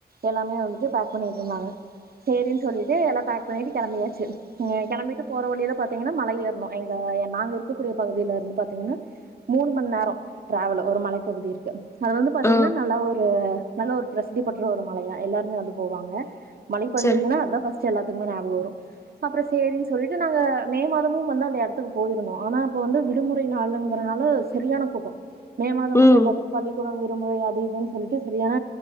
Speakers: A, on the right (about 60°); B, on the left (about 15°).
A: எல்லாமே வந்து பேக் பண்ணட்டு இருந்தாங்க சேரிங்க சொல்லிட்டு எல்லாம் பேக் பண்ணிவிட்டு கிளம்பியாச்சு கிளம்பிட்டு போகிற வழியில பார்த்தீங்கன்னா மலை ஏறணும் எங்கள் நாங்கள் இருக்கக்கூடிய பகுதியில இருந்து பார்த்தீங்கன்னா மூணு மணி நேரம் ட்ராவல் ஒரு மலைப்பகுதி இருக்கு அது வந்து பாத்தீங்கன்னா
B: ஆ
A: நல்லா ஒரு நல்ல ஒரு பிரசித்தி பெற்ற ஒரு மலையா எல்லாருமே வந்து போவாங்க மலை பகுதினா
B: சரி
A: அதான் எல்லாத்துக்குமே ஞாபகம் வரும் அப்பறம் சேரின்னு சொல்லிட்டு நாங்க மே மாதமும் வந்து அந்த இடத்துக்கு போயிருந்தோம் ஆனா இப்ப வந்து விடுமுறை நாளுங்கறனால சரியான கூட்டம் மே மாதம்
B: ம்
A: வந்து எல்லாத்துக்கும் பள்ளிக்கூடம் முறை அது சொல்லிட்டு சரியான